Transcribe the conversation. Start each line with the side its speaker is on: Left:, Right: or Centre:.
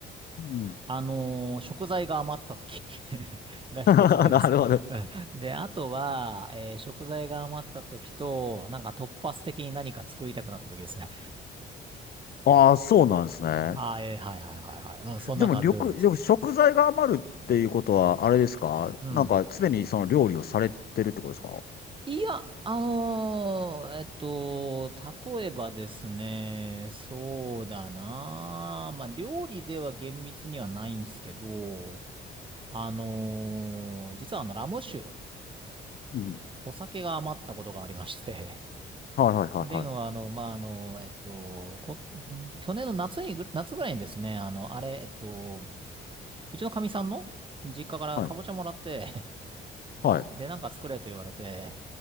Left: うん。
Right: あの、食材が余った時 <laughs>
Left: <laughs>
Right: が一つ目です。
Left: なるほど。
Right: <laughs> うんで、あとは、えー食材が余った時と、なんか突発的に何か作りたくなった時ですね。
Left: ああ、そうなんですね。
Right: あー、えーはいはいはいはい。うんそんな感じでございます。
Left: でも、りょく、でも食材が余るっていうことは、あれですかなんか、
Right: うん。
Left: 常にその料理をされてるってことですか
Right: いや、あのーえっと、例えばですね、そうだなあ、まあ、料理では厳密にはないんですけど、あのー実はあの、ラム酒、
Left: うん。
Right: お酒が余ったことがありまして、
Left: はいはいはいはい。
Right: <laughs> っていうのは、あの、まあ、あの、えっと、こ、去年の夏にぐ、夏ぐらいにですね、あの、あれ、えっと、うちのかみさんの実家からかぼちゃもらって、
Left: はい。
Right: <laughs>
Left: はい。
Right: で、なんか作れと言われて、